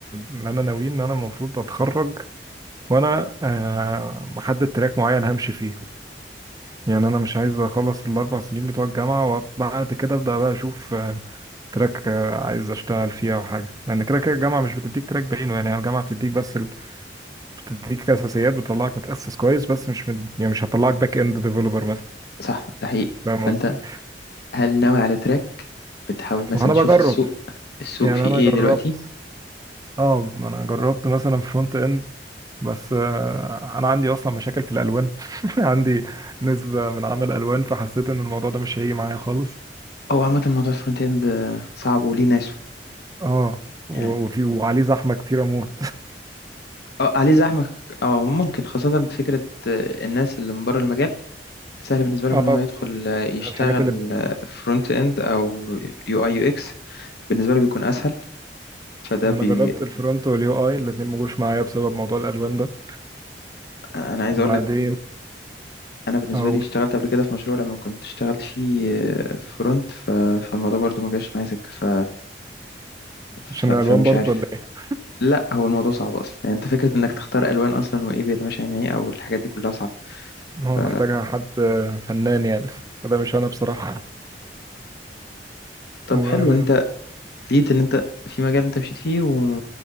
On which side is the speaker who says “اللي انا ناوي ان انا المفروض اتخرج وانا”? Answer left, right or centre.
Right